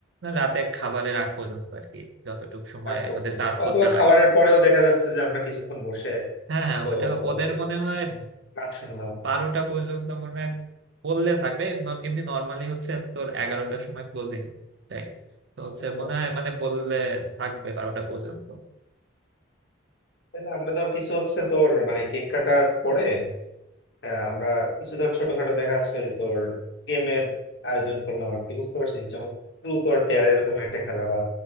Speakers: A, on the right; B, on the left.
A: রাতে খাবারের আগ পর্যন্ত আর কি যতটুকু সময়
B: আগ পর্যন্ত
A: ওদের সার্ভ করতে
B: অথবা
A: লাগে
B: খাবারের পরেও দেখা যাচ্ছে যে আমরা কিছুক্ষণ বসে
A: হ্যাঁ হ্যাঁ
B: তো
A: ওটা ওদের
B: তো
A: মনে হয়
B: গান শুনলাম
A: বারোটা পর্যন্ত মনে হয় বললে থাকবে ন- এমনি নর্মালি হচ্ছে তোর এগারোটার সময় ক্লোজিং টাইম তো হচ্ছে
B: আচ্ছা
A: মনে
B: আচ্ছা
A: হয় মানে বললে থাকবে বারোটা পর্যন্ত
B: তাহলে আমরা ধর কিছু হচ্ছে তোর মানে কেক কাটার পরে আহ, আমরা কিছু ধর ছোটখাটো দেখা যাচ্ছে যে তোর গেমের আয়োজন করলাম আর কি বুঝতে পারছিস যেমন ট্রুথ অর ডেয়ার এরকম একটা খেলা বা